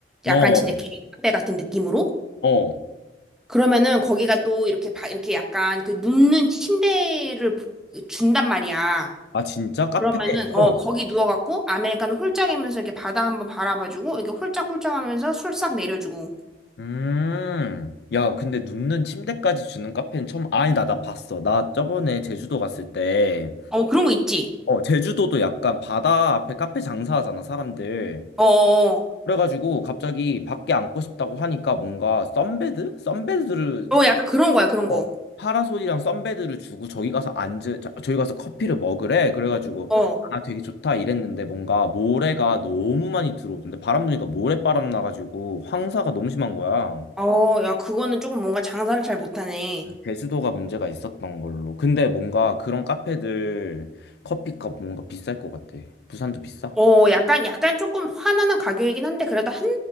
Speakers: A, in the centre; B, on the left.
A: 약간
B: 어,
A: 진짜 개인 카페 같은 느낌으로?
B: 어.
A: 그러면은 거기가 또 이렇게 바, 이렇게 약간 그 눕는 침대를 부- 준단 말이야.
B: 아, 진짜? 카페에서?
A: 그러면은 어 거기 누워갖고 아메리카노 홀짝 이면서 이렇게 바다 한번 바라봐주고 이렇게 홀짝홀짝 하면서 술싹 내려주고
B: 음. 야, 근데 눕는 침대까지 주는 카페는 처음, 아니, 나, 나 봤어. 나 저번에 제주도 갔을 때
A: 어 그런 거 있지.
B: 어, 제주도도 약간 바다 앞에 카페 장사하잖아, 사람들.
A: 어어
B: 그래가지고 갑자기 밖에 앉고 싶다고 하니까 뭔가 썬베드? 썬베드를,
A: 어, 어, 약간 그런 거야 그런 거.
B: 어, 파라솔이랑 썬베드를 주고 저기 가서 앉으, 자- 저기 가서 커피를 먹으래. 그래가지고,
A: 어
B: 아, 되게 좋다 이랬는데 뭔가 모래가 너무 많이 들어오던데 바람 부니까 모래바람 나가지고 황사가 너무 심한 거야.
A: 어 야 그거는 조금 뭔가 장사를 잘 못하네.
B: 제주도가 문제가 있었던 걸로. 근데 뭔가 그런 카페들 커피값 뭔가 비쌀 것 같아. 부산도 비싸?
A: 어 약간 약간 조금 화나는 가격이긴 한데 그래도 한